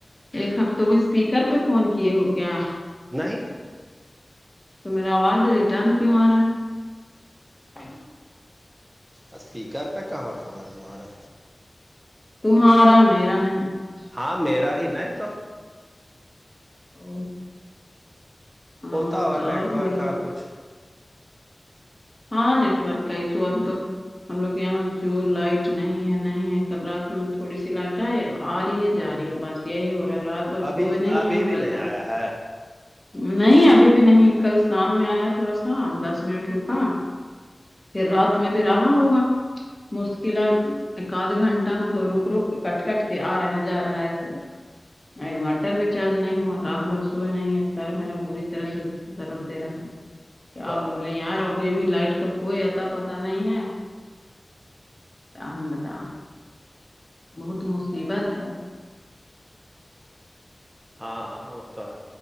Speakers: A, on the left; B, on the right.
A: ایک ہفتوں میں اسپیکر پہ فون کیے ہو کیا
B: نہیں
A: تو میرا آواز ریٹرن کیوں آ رہا ہے
B: اسپیکر پہ کہاں فون ہے تمہارا
A: تمہارا میرا نہیں
B: ہاں میرا ہی نہیں تو
A: تو ہاں،
B: پتاور نیٹ
A: اور
B: ورک
A: بولو
B: کا کچھ
A: ہاں نیٹورک آئی سو ابھی تو ہم لوگ یہاں جو لائٹ نہیں ہے نہیں ہے کل رات میں تھوڑی سی لٹ ہے آ رہی ہے جا رہی ہے بس یہی ہو رہا ہے رات بھر
B: ابھی
A: سوئے نہیں
B: ابھی
A: ہے ہمارا
B: نہیں
A: دم
B: آیا ہے
A: نہیں ابھی بھی نہیں کل شام میں آیا تھوڑا سا دس منٹ رکا پھر رات میں بھی رہا ہوگا مشکلن ایک آدھ گھنٹہ مطلب رک رک کے کٹ کٹ کے آ رہا ہے جا رہا ہے ایسے انورٹر بھی چارج نہیں ہوا رات بھر سوئے نہیں ہے سر میرا پوری طرح سے درد دے رہا ہے کہ
B: ب
A: آپ بولیں یار ابھی لائٹ کا کوئی اتا پتا نہیں ہے ہاں بتا بہت مصیبت ہے
B: ہاں ہوتا ہے